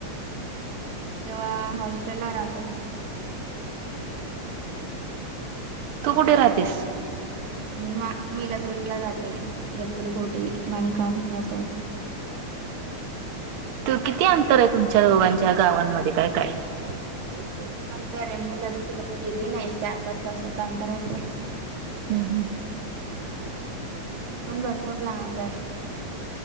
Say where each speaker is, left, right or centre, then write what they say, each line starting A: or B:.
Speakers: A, on the right; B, on the right.
A: કેવા હોસ્ટેલ લ રાતો <unintelligible>
B: તું કુટેે રતીસ <unintelligible>
A: મી મા મ ગતપુરી લ રાતે ગતપુરી ઘોટી માનીકામ હ સાઈડ <unintelligible>
B: કિથી અંતર એ તમ દોગા ગાવા મ ક કઈ <unintelligible>
A: ભપૂર અંતર મ કદીી તિકડન ગેલી નહી ચાર પાંચ તાસા અંતર હશે <unintelligible>
B: હમ, હમ.
A: પણ ભરપૂર લાંબ હ